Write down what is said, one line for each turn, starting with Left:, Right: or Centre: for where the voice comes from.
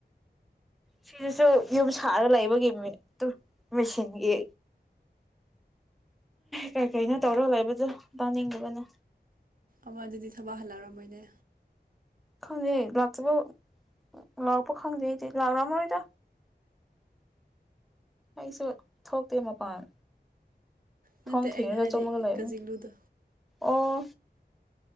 Centre: ꯁꯤꯗꯁꯨ ꯌꯨꯝ ꯁꯥꯔꯒ ꯂꯩꯕꯒꯤ ꯃꯤ ꯃꯦꯆꯤꯟꯒꯤ ꯀꯩꯀꯩꯅꯣ ꯇꯧꯔꯒ ꯂꯩꯕꯗꯨ ꯇꯥꯅꯤꯡꯗꯕꯅ
Right: ꯑꯃ ꯑꯗꯨꯗꯤ ꯊꯕꯛ ꯍꯜꯂꯛꯑꯝꯃꯣꯏꯅꯦ
Centre: ꯈꯪꯗꯦ ꯂꯥꯛꯇꯔꯤꯕꫭ ꯂꯥꯛꯄ ꯈꯪꯗꯦ ꯑꯩꯗꯤ ꯂꯥꯛꯔꯝꯃꯔꯣꯏꯗ ꯑꯩꯁꯨ ꯊꯣꯛꯇꯦ ꯃꯄꯥꯟ
Right: ꯅꯠꯇꯦ
Centre: ꯐꯉ ꯊꯦꯡꯅ
Right: ꯑꯩꯅ
Centre: ꯀ
Right: ꯍꯥꯏꯗꯤ
Centre: ꯆ ꯃꯒ ꯂꯩꯕ
Right: ꯀꯖꯤꯛꯂꯨꯗꯣ
Centre: ꯑꯣ